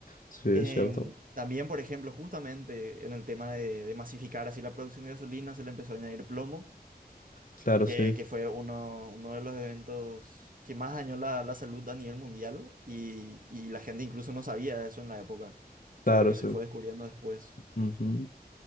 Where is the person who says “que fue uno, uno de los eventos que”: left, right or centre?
Right